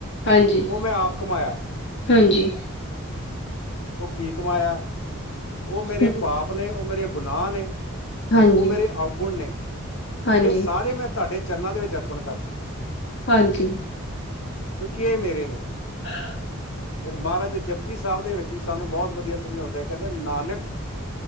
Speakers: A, on the left (about 50°); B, on the left (about 70°).
A: ਹਾਂਜੀ
B: ਉਹ ਮੈਂ ਆਪ ਕਮਾਇਆ?
A: ਹਾਂਜੀ
B: ਉਹ ਕੀ ਕਮਾਇਆ! ਉਹ ਮੇਰੇ
A: ਹਾਂਜੀ
B: ਪਾਪ ਨੇ, ਉਹ ਮੇਰੇ ਗੁਨਾਹ ਨੇ।
A: ਹਾਂਜੀ
B: ਉਹ ਮੇਰੇ ਅਉਗੁਣ ਨੇ।
A: ਹਾਂਜੀ
B: ਇਹ ਸਾਰੇ ਮੈਂ ਤੁਹਾਡੇ ਚਰਨਾਂ ਦੇ ਵਿੱਚ ਅਰਪਣ ਕਰਦਾ ਹਾਂ।
A: ਹਾਂਜੀ।
B: ਕਿਉਂਕਿ ਇਹ ਮੇਰੇ ਨੇ।
A: ਹਾ।
B: ਫਿਰ ਮਹਾਰਾਜ ਜੀ, ਜਪੁਜੀ ਸਾਹਿਬ ਦੇ ਵਿੱਚ ਵੀ ਸਾਨੂੰ ਬਹੁਤ ਵਧੀਆ ਸਮਝਾਉਂਦੇ, ਕਹਿੰਦੇ ਨਾਨਕ।